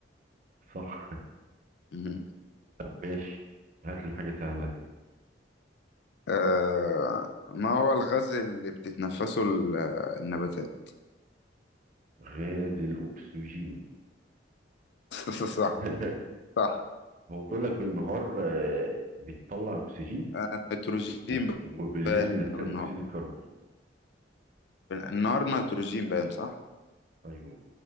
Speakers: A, on the right; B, on the left.
A: صح
B: مم.
A: طب ماشي هات لي حاجه سهله كده
B: آه ما هو الغاز اللي بتتنفسه ال- آه، النباتات
A: غاز الاكسجين
B: <laughs> صح
A: <laughs>
B: صح
A: هو بيقول لك بالنهار آه، بتطلع اكسجين
B: آه، نيتروجين
A: و- وبالليل
B: باين بالنهار
A: ثاني اكسيد الكربون
B: النهار نيتروجين باين صح
A: ايوه